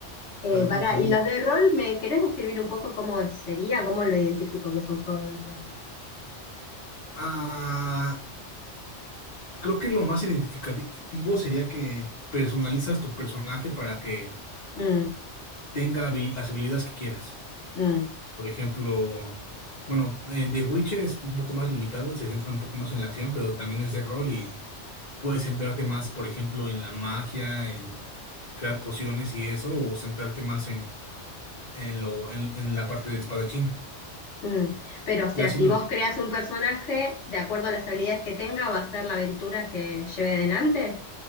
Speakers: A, on the left; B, on the left.
A: Eh,
B: Bueno,
A: pará,
B: tam-
A: ¿y los de rol me querés describir un poco cómo sería, cómo lo identifico que es un juego de rol?
B: Ah, creo que lo más identificativo sería que personalizas tu personaje para que
A: Mm,
B: tenga habil- las habilidades que quieras.
A: mm.
B: Por ejemplo, bueno, en The Witcher es un poco más limitado, se centra un poco más en la acción, pero también es de rol y puedes centrarte más, por ejemplo, en la magia, en crear pociones y eso, o centrarte más en, en lo, en, en la parte del espadachín.
A: Mm. Pero, o sea,
B: Ya si
A: si
B: nos
A: vos creas un personaje, de acuerdo a las habilidades que tenga, va a ser la aventura que lleve adelante.